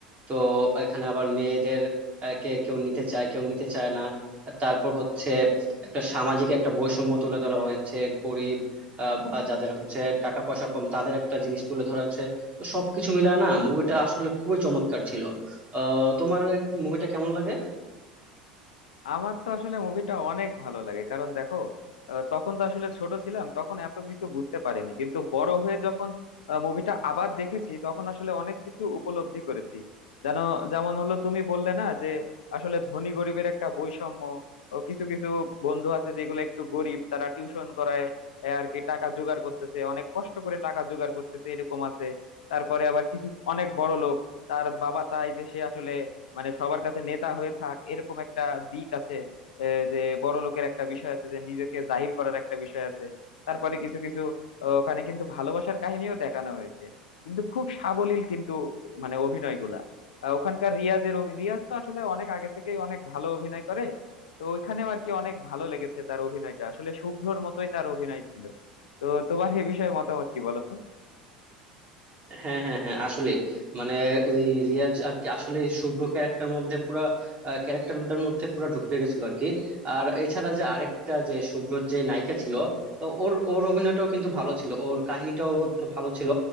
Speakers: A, on the right; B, on the left.
A: তো এখানে আবার মেয়েদের আহ, কে কেউ নিতে চায় কেউ নিতে চায় না তারপর হচ্ছে একটা সামাজিক একটা বৈষম্য তুলে ধরা হয়েছে গরিব আহ, বা যাদের হচ্ছে টাকা পয়সা কম তাদের একটা জিনিস তুলে ধরা হয়েছে তো সবকিছু মিলায় না মুভিটা আসলে খুবই চমৎকার ছিল আহ তোমার মুভিটা কেমন লাগে
B: আমার তো আসলে মুভিটা অনেক ভালো লাগে কারণ দেখো আহ, তখন তো আসলে ছোট ছিলাম তখন এত কিছু বুঝতে পারিনি কিন্তু বড় হয়ে যখন মুভিটা আবার দেখেছি তখন আসলে অনেক কিছু উপলব্ধি করেছি জানো যেমন হলো তুমি বললে না যে আসলে ধনী গরিবের একটা বৈষম্য ও কিছু কিছু বন্ধু আছে যেগুলো একটু গরিব তারা টিউশন করায় এ আর কি টাকা জোগাড় করতেছে অনেক কষ্ট করে টাকা জোগাড় করতেছে এরকম আছে তারপরে আবার কিছু অনেক বড় লোক তার বাবা চায় যে সে আসলে মানে সবার কাছে নেতা হয়ে থাক এরকম একটা দিক আছে আহ, যে বড় লোকের একটা বিষয় আছে যে নিজেকে জাহির করার একটা বিষয় আছে তারপরে কিছু কিছু আহ, ওখানে কিন্তু ভালোবাসার কাহিনীও দেখানো হয়েছে কিন্তু খুব সাবলীল কিন্তু মানে অভিনয়গুলা আহ, ওখানকার রিয়াজের অভি- রিয়াজ তো আসলে অনেক আগে থেকেই অনেক ভালো অভিনয় করে তো ওইখানেও আর কি অনেক ভালো লেগেছে তার অভিনয়টা আসলে শুভ্রর মতোই তার অভিনয় ছিল তো তোমার এ বিষয়ে মতামত কি বলো তো?
A: হ্যাঁ হ্যাঁ হ্যাঁ আসলে মানে ওই রিয়াজ আর কি আসলে শুভ্র ক্যারেক্টার মধ্যে পুরা ক্যারেক্টারটার মধ্যে পুরা ঢুকে গেছিল আর কি আর এছাড়া যে আরেকটা যে শুভ্রর যে নায়িকা ছিল তো ওর ওর অভিনয়টাও কিন্তু ভালো ছিল ওর কাহিনীটাও একটু ভালো ছিল